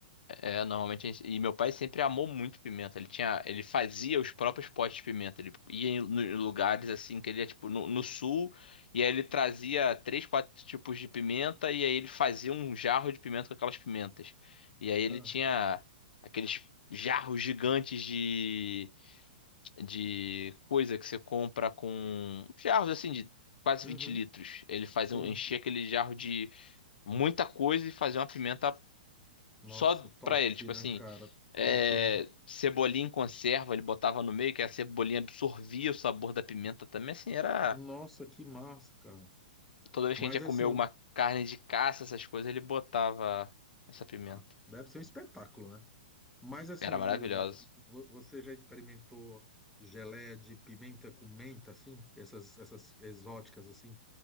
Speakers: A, on the left; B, in the centre.
A: é, é, normalmente a gente, e meu pai sempre amou muito pimenta. Ele tinha, ele fazia os próprios potes de pimenta. Ele ia em lu- em lugares assim que ele ia tipo no, no sul e aí ele trazia três, quatro tipos de pimenta e aí ele fazia um jarro de pimenta com aquelas pimentas. E aí ele
B: Ah,
A: tinha aqueles jarros gigantes de de coisa que você compra com jarros assim de quase
B: uhum,
A: 20 litros. Ele fazia,
B: sim.
A: um- enchia aquele jarro de muita coisa e fazer uma pimenta
B: Nossa,
A: só
B: top,
A: pra ele. Tipo
B: né,
A: assim,
B: cara?
A: é,
B: Top, né?
A: cebolinha em conserva, ele botava no meio, que a cebolinha absorvia o sabor da pimenta também. Assim, era.
B: Nossa, que massa, cara.
A: Toda vez
B: Mas
A: que a gente ia comer
B: assim,
A: alguma carne de caça, essas coisas, ele botava essa pimenta.
B: Ah, deve ser um espetáculo, né? Mas assim,
A: Era maravilhoso.
B: o, vo- você já experimentou geleia de pimenta com menta, assim? Essas, essas exóticas, assim?